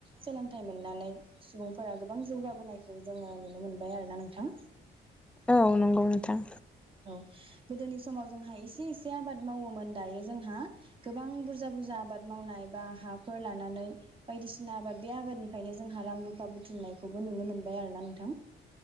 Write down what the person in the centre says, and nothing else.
औ नंगौ नोंथां।